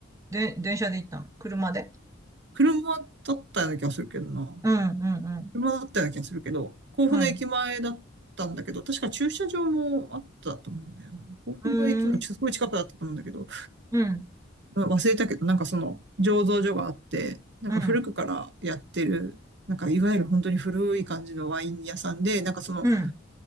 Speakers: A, on the right (about 15°); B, on the right (about 60°).
A: で、電車で行ったの車で
B: 車だったような気がするけどな。
A: うんうんうん。
B: 車だったような気がするけど、甲府の駅前だったんだけど、
A: うん。
B: 確か駐車場もあったと思うんだよな。甲府の駅のすごい近くだったと思うんだけど、
A: うーん。うん。
B: 忘れたけど、なんかその醸造所があって、なんか古くからやってる、
A: うん。
B: なんかいわゆる本当に古い感じのワイン屋さんで、なんかその、
A: うん。